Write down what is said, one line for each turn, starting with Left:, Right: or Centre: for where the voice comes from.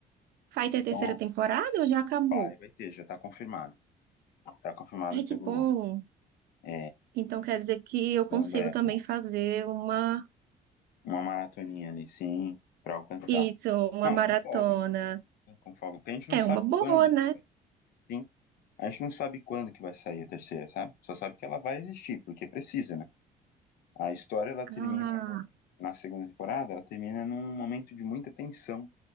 Right: Vai ter terceira
Left: Então,
Right: temporada ou já acabou?
Left: vai, vai ter, já tá confirmado. Tá confirmada
Right: Ai,
Left: pelo,
Right: que bom.
Left: é,
Right: Então quer dizer que eu
Left: dono
Right: consigo
Left: da Apple.
Right: também fazer uma,
Left: Uma maratoninha ali, sim, pra alcançar.
Right: isso, uma
Left: Não,
Right: maratona.
Left: com folga. Sim, com folga. Porque a gente não
Right: É
Left: sabe
Right: uma boa,
Left: quando,
Right: né?
Left: sim. A gente não sabe quando que vai sair a terceira, sabe? Só sabe que ela vai existir, porque precisa, né? A história, ela termina
Right: Ah,
Left: no- na segunda temporada, ela termina num momento de muita tensão.